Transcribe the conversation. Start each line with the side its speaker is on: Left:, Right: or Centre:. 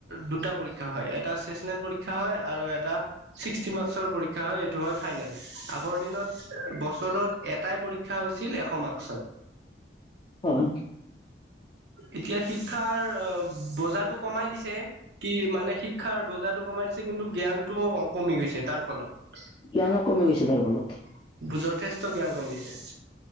Right: দুটা পৰীক্ষা হয়। এটা চেচনেল পৰীক্ষা হয় আৰু এ এটা, ছিক্সটি মাৰ্ক্সৰ পৰীক্ষা হয় এইটো হয় ফাইনেল আগৰ দিনত বছৰত এ এটাই পৰীক্ষা হৈছিল এশ মাক
Left: হয়।
Right: এতিয়া শিক্ষাৰ, অ', বজাটো কমাই দিছে, কি মানে শিক্ষাৰ বজাটো কমাই দিছে। কিন্তু জ্ঞানটোও, কমি গৈছে তাৰ ফলত।
Left: জ্ঞানো কমি গৈছে তাৰ ফলত
Right: যথেষ্ট জ্ঞান কমিছে।